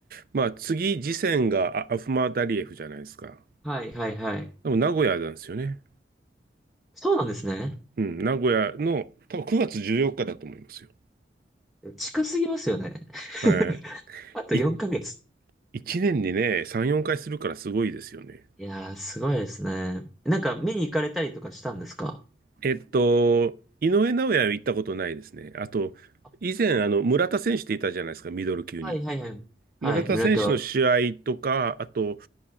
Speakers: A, on the right (about 50°); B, in the centre.
A: まあ、次、次戦があアフマダリエフじゃないですか。
B: はい、はい、はい。
A: でも、名古屋なんですよね。
B: そうなんですね。
A: うん、名古屋の、多分9月14日だと思いますよ。
B: 近すぎますよね。<laughs>
A: は
B: あと4ヶ月。
A: い。い、1年にね、3、4回するからすごいですよね。
B: いやー、すごいですね。なんか、見に行かれたりとかしたんですか
A: えっと、井上尚弥は行ったことないですね。あと、
B: あ
A: 以前、あの、村田選手っていたじゃないですか、ミドル級に。
B: はいはいはい。はい、
A: 村田選手の試合とか、
B: 村田は。
A: あと、